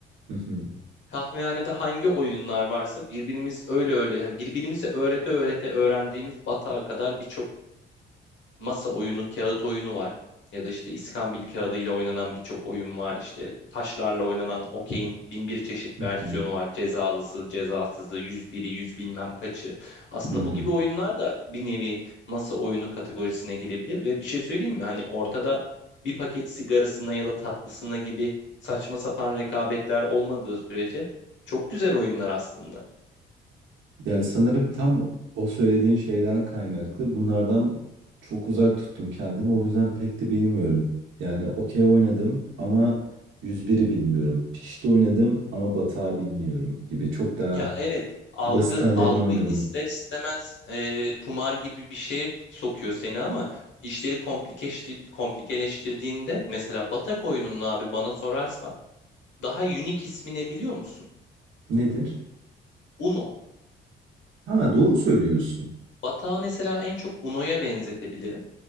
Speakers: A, on the right; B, on the left.
A: Hı hı.
B: Kahvehanede hangi oyunlar varsa birbirimiz öyle öyle yani birbirimizi öğrete öğrete öğrendiğimiz batağa kadar birçok masa oyunu, kağıt oyunu var. Ya da işte iskambil kağıdıyla oynanan birçok oyun var. İşte taşlarla oynanan okeyin bin bir çeşit
A: Hı
B: versiyonu
A: hı.
B: var. Cezalısı, cezasızı, yüz biri, yüz bilmem kaçı. Aslında
A: Hı hı.
B: bu gibi oyunlar da bir nevi masa oyunu kategorisine girebilir. Ve bir şey söyleyeyim mi? Hani ortada bir paket sigarasına ya da tatlısına gibi saçma sapan rekabetler olmadığı sürece çok güzel oyunlar aslında.
A: Ya sanırım tam o söylediğin şeyden kaynaklı. Bunlardan çok uzak tuttum kendimi. O yüzden pek de bilmiyorum. Yani okey oynadım ama 101'i bilmiyorum. Pişti oynadım ama batağı bilmiyorum gibi. Çok daha
B: Ya evet algı
A: basit hallerini
B: algı
A: oynadım.
B: ister istemez e, kumar gibi bir şeye sokuyor seni ama işleri komplikeşti- komplikeleştirdiğinde mesela batak oyununun abi bana sorarsan daha unique ismi ne biliyor musun?
A: Nedir?
B: Uno.
A: Ha, doğru söylüyorsun.
B: Batağı mesela en çok Uno'ya benzetebilirim.